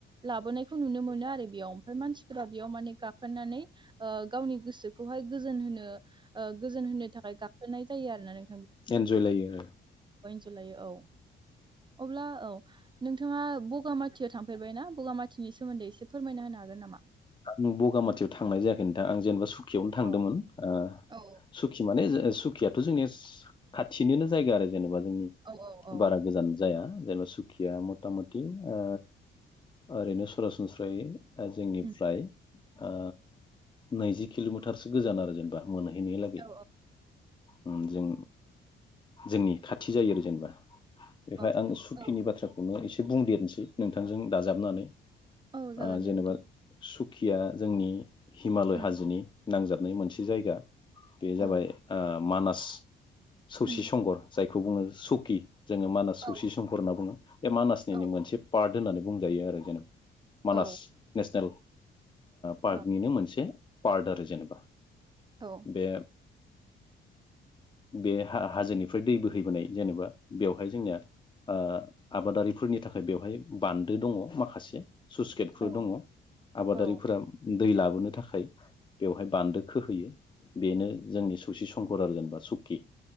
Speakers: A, on the right; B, on the left.
A: लाबोनायखौ नुनो मोनो आरो बेयाव। ओमफ्राय मानसिफोरा बेयाव माने गाखोनानै ओ गावनि गोसोखौहाय गोजोनहोनो, ओ गोजोन होनो थाखाय गा गाखोनाय जायो आरोना नों
B: एन्जय लायो आरो
A: इनजय लायो औ अब्ला औ नोंथाङा ब'गामाथियाव थांफेरबायना? बगामाथिनि सोमोन्दै एसे फोरमायना होनो हागोन नामा?
B: आं बगामाथियाव थांनाय जायाखै नोंथां आं जेनेबा सु खियावनो थांदोंमोन
A: औ
B: ओ
A: औ
B: सुखि माने सुकियाथ' जोंनिया खाथिनिनो जायगा आरो जेनेबा, जोंनि
A: औ औ औ
B: बारा गोजान जाया, जेनेबा सु खिया मथा मथि ओ ओरैनो सरास नस्रायै जोंनि
A: उम
B: फ्राय आ नैजि किल'मिटारसो गोजान आरो जेनेबा। मोनहैनाय लागै,
A: औ
B: ओम जों जोंनि खाथि जायो आरो जेनेबा, बेहाय
A: औ
B: आं सुखिनि
A: औ
B: बाथ्राखौनो एसे, एसे बुंदेरनोसै नोंथांजों दाजाबनानै
A: औ जागोन
B: आ जेनेबा
A: दे नोंथां
B: सुखिया जोंनि हिमालय
A: उम
B: हाजोनि नांजाबनाय मोनसे जायगा बे जाबाय
A: औ
B: ओ मानास सौसि
A: उम
B: संगर जाय खौ बुङो सकि जोंङो मानास
A: औ
B: सौसि संकफोर होनना बुङो बे मानासनिनो
A: औ
B: मोनसे पार्ट होननानै बुंजायो आरो जेनेबा मानास
A: औ
B: <inaudible> ओ पार्कनिनो
A: औ
B: मोनसे पार्ट आरो जेनेबा
A: औ
B: बे बे हा हाजोनि ओमफ्राय दै बोहैबोनाय जेनेबा बेवहाय जोंनिया ओ आबादारिफोरनि थाखाय बेवहाय बान्दो दङ माखासे सुस गेटफोर
A: औ
B: दङ आबादारिफोरा
A: औ
B: दै लाबोनो थाखाय बेवहाय बान्दोखौहोयो बेनो जोंनि सौसि संकर आरो जेनेबा सुकि